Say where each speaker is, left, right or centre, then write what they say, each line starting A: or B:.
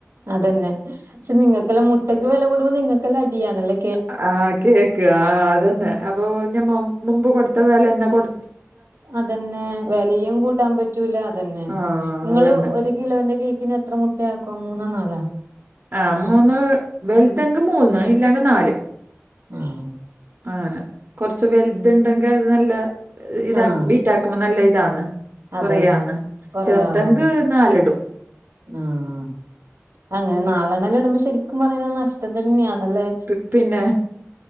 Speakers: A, on the right; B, on the right.
A: അതെന്നെ പഷേ നിങ്ങക്കല്ലാം മുട്ടക്ക് വെല കൂടുമ്പോ നിങ്ങക്കെല്ലാം അടിയാണല്ലേ
B: അഹ് ആഹ് കേക്ക് ആഹ് അതന്നെ അപ്പൊ ഞമ്മ മുമ്പ് കൊടുത്ത വെലന്നെ കൊടു
A: അതന്നെ വെലയും കൂട്ടാൻ പറ്റൂല അതന്നെ
B: ആ
A: നിങ്ങള്
B: അതന്നെ
A: ഒര് കിലോന്റെ കേക്കിന് എത്ര മുട്ടയാക്കും മൂന്നോ നാലോ
B: ആഹ് മൂന്ന് വെൽതെങ്ക് മൂന്ന് ഇല്ലാങ്കി നാല്
A: ആഹ്
B: അങ്ങനെ കൊറച്ചു വെൽത്ണ്ടെങ്കെ ഇത് നല്ലെ ഇതക്ക്‌
A: ആഹ്
B: ബീറ്റാക്കുമ്പോ നല്ല ഇതാണ്
A: അതെ
B: കൊറയാന്ന്
A: അതെ കൊറേ
B: ചെറുതെങ്ക്
A: ആവും അതെ
B: നാലെടും
A: ആഹ് അങ്ങനെ നാലെണെല്ലം ഇടുമ്പോ ശരിക്കും പറഞ്ഞയ്ഞ്ഞ നഷ്ടം തന്നെയാണല്ലേ
B: പി പിന്നെ